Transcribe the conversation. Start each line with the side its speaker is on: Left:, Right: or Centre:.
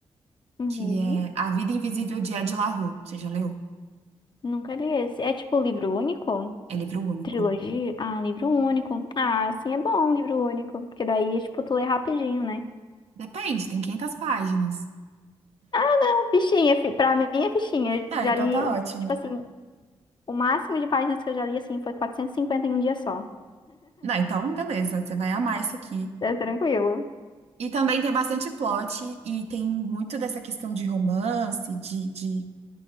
Left: Uhum.
Right: Que é A Vida Invisível de Ed La Rue. Você já leu?
Left: Nunca li esse. É tipo livro único?
Right: É livro único.
Left: Trilogia? Ah, livro único. Ah, assim é bom, um livro único. Porque daí, é, tipo, tu lê rapidinho, né?
Right: Depende, tem 500 páginas.
Left: Então, fichinha, fi- pra mim é fichinha. Eu
Right: Ah,
Left: já
Right: então
Left: li,
Right: tá
Left: um-
Right: ótimo.
Left: tipo assim, o máximo de páginas que eu já li, assim, foi 450 em um dia só.
Right: Não, então beleza, você vai amar isso aqui.
Left: É tranquilo.
Right: E também tem bastante plot e tem muito dessa questão de romance, de, de,